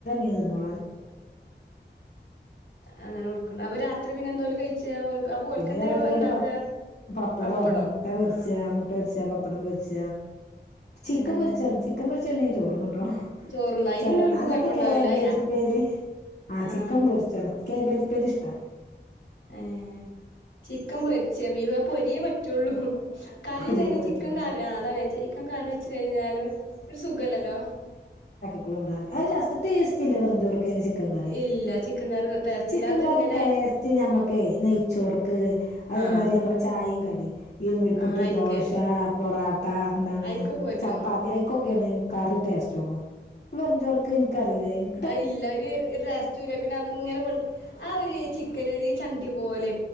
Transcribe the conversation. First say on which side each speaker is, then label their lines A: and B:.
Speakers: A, on the left; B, on the left.
A: ീതോ
B: അങ്ങനെ കൊടുക്കണ്ട് അപ്പൊ രാത്രി പിന്നെ എന്തോലും കഴിച്ച അപ്പൊ ഓൽക്ക്
A: പിന്നെ
B: എന്തെങ്കിലും
A: രാത്രിയല്ല
B: ഇണ്ടാക്ക
A: പ പപ്പടമ
B: പപ്പടോ
A: മുട്ട പൊരിച്ച
B: ആഹ്
A: മുട്ട പൊച്ച പപ്പടം പൊരിച്ച ചിക്കൻ
B: ഏഹ്
A: മുൊറിച്ചം ചിക്കൻറിച്ച എണ ചോന്നണ്ട്
B: ചോറുണ്ണും അയിന്
A: ച
B: പിന്നെ ഓൽക്ക്
A: ആ
B: കൊഴപ്പണ്ടാവൂല
A: ചിലപ്പോ കേ ബേജുപ്പേര് ആ
B: ആഹ്
A: ചിക്കൻ പൊരിച്ചണം കേബേജി പേജിഷ്ട
B: ഏഹ് ചിക്കൻ പൊരിച്ച വി പൊരിയേ പറ്റുള്ളൂ കറി
A: ഒരേ പറ്റുള്ളൂ
B: ചിക്കൻ കറി അതാച്ച ചിക്കൻ കറി വെച്ച് കഴിഞ്ഞാലും ഒരു സുഖല്ലല്ലോ
A: ക്കളുണ്ട ഒരു ര ടേസ്റ്റ് ഇല്ല വെറുംചോർക്ക് ചിക്കൻ കറി
B: ഇല്ല ചിക്കൻ കറി ടേസ്റ്റ്
A: ചിക്കൻ
B: ഇല്ല അതിങ്ങനെ
A: കറി ടേസ്റ്റ് ഞമ്മക്ക നെയ്ച്ചോർക്ക് അതേമാതിരി
B: ആഹ്
A: നമ്മളെ ചായയും കടി <unintelligible> പുട്ട്
B: ആഹ് അയിക്ക്
A: ദോശ പൊറാ ട്ട എന്താണ്
B: അയിക്കൊക്കെ പറ്റും
A: ചപ്പാത്തി ഐക്കൊക്കെയാണ് കറി ടേസ്റ്റുള്ളു വെറും ചോർക്ക് എനിക്കറിയില്ലേയിനു
B: അതു ഇല്ല ഒരു ടേസ്റ്റുല്ല പിന്നെ അത്ങ്ങനെ ആ ഒരു ചിക്കൻ ഒരു ചണ്ടി പോലെ